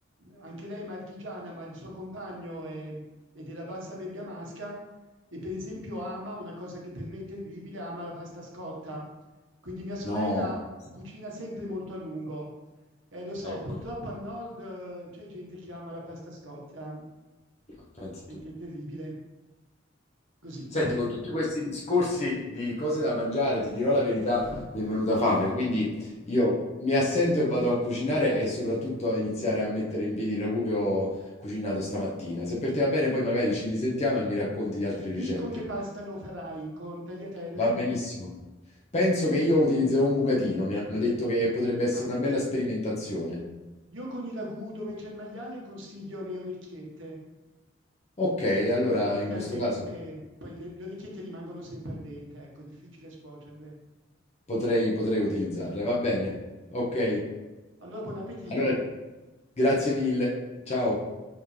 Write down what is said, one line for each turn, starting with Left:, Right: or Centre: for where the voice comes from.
Right: anche lei è marchigiana, ma il suo compagno è, è della bassa bergamasca e per esempio ama una cosa che per me è terribile, ama la pasta scotta. Quindi mia sorella
Left: No,
Right: cucina sempre molto a lungo. Eh, lo so,
Left: Ecco,
Right: purtroppo al nord eh, c'è gente che ama la pasta scotta,
Left: ma pensa
Right: che,
Left: tu.
Right: che è terribile. Così.
Left: Senti,
Right: <laughs>
Left: con tutti questi discorsi di cose da mangiare, ti dirò la verità, mi è venuta fame, quindi io mi assento e vado a cucinare e soprattutto a iniziare a mettere in piedi il ragù che ho cucinato stamattina. Se per te va bene, poi magari ci risentiamo e mi racconti di altre
Right: Dimmi
Left: ricette.
Right: con che pasta lo farai, con tagliatelle?
Left: Va benissimo. Penso che io utilizzerò un bucatino, mi hanno detto che potrebbe essere
Right: Ah,
Left: una bella sperimentazione.
Right: io con i ragù dove c'è il maiale consiglio le orecchiette.
Left: Ok, allora
Right: Chiaramente
Left: in
Right: al
Left: questo
Right: dente,
Left: caso
Right: poi le le orecchiette rimangono sempre al dente, ecco, difficile scuocerle.
Left: potrei, potrei utilizzarle, va bene. Ok,
Right: Allora buon appetito.
Left: allora grazie mille, ciao.